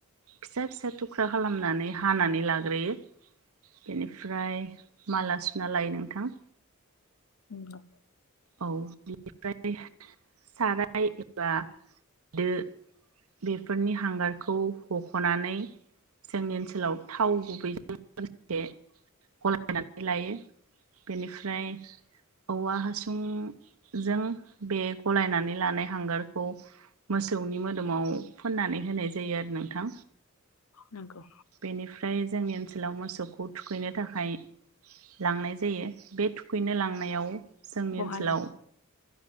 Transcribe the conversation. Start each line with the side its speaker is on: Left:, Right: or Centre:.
Right: फिसा फिसा थुख्रा खालामनानै हानानै लाग्रोयो बेनिफ्राय माला सुना लायो नोंथां।
Left: <unintelligible>
Right: औ बिनिफ्राय साराय एबा दो बेफोरनि हांगारखौ हख'नानै जोंनि ओनसोलाव थाव गुबैजों लोगोसे गलायनानै लायो बेनिफ्राय औवा हा उम जों बे गलायनानै लानाय हांगार खौ मोसौनि मोदोमाव फोन्नानै होनाय जायो आरो नोंथां।
Left: नंगौ
Right: बेनिफ्राय जोंनि ओन सोलाव मोसौखौ थुखैनो थाखाय लांनाय जायो बे थुखैनो लांनायाव जोंनि
Left: बहा
Right: ओनसोलाव
Left: लाङो